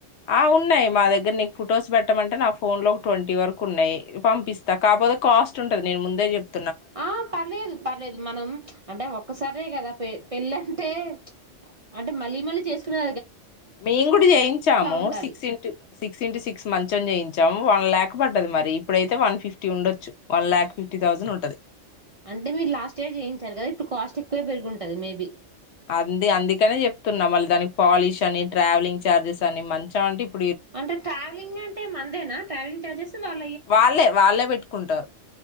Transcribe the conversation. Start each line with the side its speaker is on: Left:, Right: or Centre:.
Left: ఆ ఉన్నాయి మా దగ్గర నీకు ఫొటోస్ పెట్టమంటే నా ఫోన్లో ఒక ట్వంటీ వరకు ఉన్నాయి పంపిస్తా కాకపోతే కాస్ట్ ఉంటుంది నేను ముందే చెప్
Right: ఆ పర్లేదు పర్లేదు మనం అంటే ఒక్కసరే కదా పే పెళ్ళంటే అంటే మళ్ళీ మళ్ళీ చేసుకున్నా
Left: మేం కూడా చేయించాము
Right: ఉండాలి
Left: six into six into six మంచం చేయించాము వన్ లాక్ పడ్డది మరి ఇప్పుడైతే వన్ ఫిఫ్టీ ఉండొచ్చు వన్ ల్యాక్ ఫిఫ్టీ థౌజండ్ ఉంటది
Right: అంటే మీరు లాస్ట్ ఇయర్ చేయించారు కదా ఇప్పుడు కాస్ట్ ఎక్కువే పెరుగుంటుంది మేబీ
Left: అంది అందుకనే చెప్తున్నాం మళ్ళీ దానికి పాలిష్ అని ట్రావెలింగ్ ఛార్జెస్ అని మంచం అంటిప్పుడు
Right: అంటే ట్రావెలింగ్ అంటే మందేనా ట్రావెలింగ్ చార్జెస్ వాళ్ళ
Left: వాళ్ళే వాళ్ళే పెట్టుకుంటారు